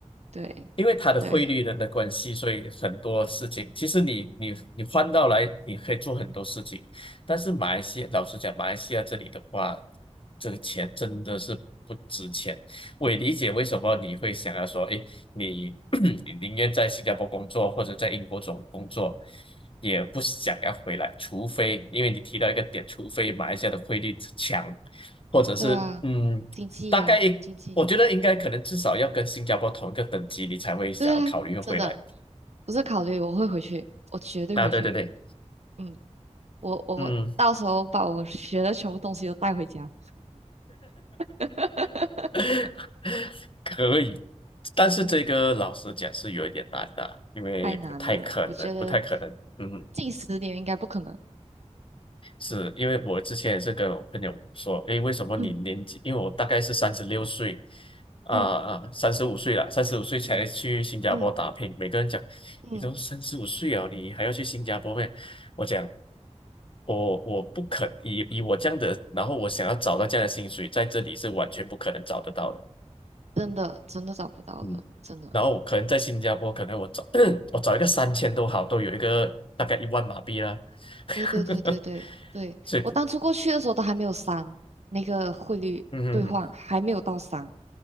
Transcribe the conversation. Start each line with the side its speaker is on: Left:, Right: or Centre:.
Right: 对，
Left: 因为它的汇率的的关系，
Right: 对，
Left: 所以很多事情，其实你你你换到来，你可以做很多事情。但是马来西亚，老实讲，马来西亚这里的话，这个钱真的是不值钱。我也理解为什么你会想要说，哎，你 <clears throat> 你宁愿在新加坡工作或者在英国总工作，也不想要回来，除非因为你提到一个点，除非马来西亚的汇率强，或者是嗯。
Right: 对啊，经济呀、
Left: 大概
Right: 经济。
Left: 我觉得应该可能至少要跟新加坡同一个等级，
Right: 嗯。
Left: 你才会想要考虑回来。
Right: 对啊，真的不是考虑，我会回去，我绝对回去。
Left: 啊，对对对，
Right: 嗯，我我到时候把我学的全部东西都带回家。
Left: 嗯，
Right: <laughs>
Left: <laughs> 可以。但是这个老实讲是有一点难的，
Right: 嗯，
Left: 因为不太可能，
Right: 太难了，我觉得
Left: 不太可能。嗯
Right: 近十年应该不可能。
Left: 是因为我之前也是跟我朋友说，诶，为什么你年纪？
Right: 嗯
Left: 因为我大概是三十六岁，啊、
Right: 嗯
Left: 啊，三十五岁了，三十五岁才去新加坡打拼。
Right: 嗯
Left: 每个人讲，
Right: 嗯，
Left: 你都三十五岁了，你还要去新加坡咩？我讲，我我不可以以我这样的，然后我想要找到这样的薪水，在这里是完全不可能找得到的。
Right: 真的真的找不到了，
Left: 嗯，
Right: 真的。
Left: 然后我可能在新加坡，可能我找 <clears throat> 我找一个三千都好，都有一个大概一万马币啦。<laughs>
Right: 对对对对对对，
Left: 所以，
Right: 我当初过去的时候都还没有三，那个汇率兑换还没有到三，
Left: 嗯。嗯嗯